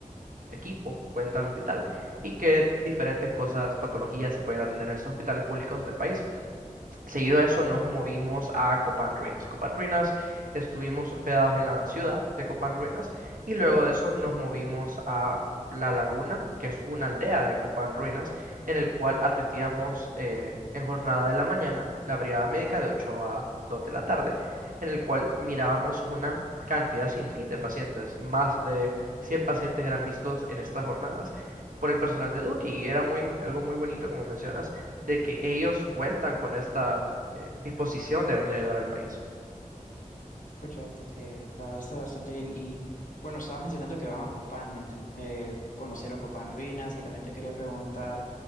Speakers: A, on the right; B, on the left.
A: equipo cuenta el hospital y qué diferentes cosas, patologías se pueden atender en estos hospitales públicos del país. Seguido a eso nos movimos a Copán Ruinas. Copán Ruinas estuvimos hospedados en la ciudad de Copán Ruinas y luego de eso nos movimos a La Laguna, que es una aldea de Copán Ruinas, en el cual atendíamos eh, en jornada de la mañana la brigada médica de 8 a 2 de la tarde, en el cual mirábamos una cantidad sin fin de pacientes. Más de 100 pacientes eran vistos en estas jornadas por el personal de Duque y era muy, algo muy bonito, como mencionas de que ellos cuentan con esta eh, disposición de venir a ayudar al país.
B: Pucha, eh, la verdad está bastante bien. Y bueno, estabas mencionando que van a Copán, me enten- eh, conocieron Copán Ruinas y también te quería preguntar